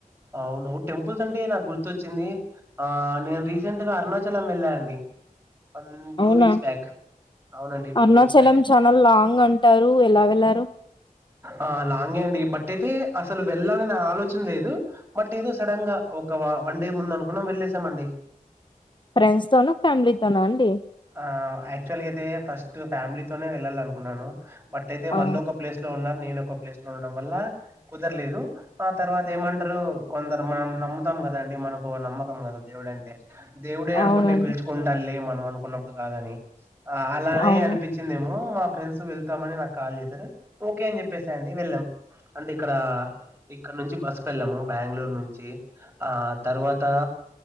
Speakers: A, on the right; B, on the left.
A: అవును టెంపుల్స్ అంటే నాకు గుర్తుచ్చింది ఆ నేను రీసెంట్ గా అరుణాచలం వెళ్ళా అండి న్ టూ
B: అవునా
A: వీక్స్ బ్యాక్ అవునండి టూ
B: అరుణాచలం
A: వీక్స్ బ్యాక్
B: చాలా లాంగ్ అంటారు ఎలా వెళ్లారు
A: ఆ లాంగే అండి బట్ అయితే అసలు వెళ్ళాలని ఆలోచన లేదు బట్ ఏదో సడన్ గా ఒక వన్ డే ముంద అనుకున్నాం వెళ్ళసామండి
B: ఫ్రెండ్స్ తోన ఫ్యామిలీతోన అండి
A: ఆ యాక్చువల్గ అయితే ఫస్ట్ ఫ్యామిలీతోనే వెళ్ళాలి అనుకున్నాను బట్ అయితే వాళ్ళు
B: ఆ
A: ఒక ప్లేస్ లో ఉన్నారు నేనోక ప్లేస్ లో ఉండడం వల్ల కుదరలేదు ఆ తర్వాత ఏమంటారు కొందరు మనం నమ్ముతాం కదాండి మనకు నమ్మకం కదా దేవుడు అంటే దేవుడే అనుకుంటే
B: అవునండి
A: పిలుచుకుంటా లే మనం అనుకున్నప్పుడు కాదని ఆ అలానే
B: అవును
A: అనిపించిందేమో మా ఫ్రెండ్స్ వెళ్తామని నాకు కాల్ చేశారు ఓకే అని చెప్పేసా అండి వెళ్ళాం అంటే ఇక్కడ ఇక్కడ నుంచి బస్సుకు వెళ్ళాము బెంగళూరు నుంచి ఆ తర్వాత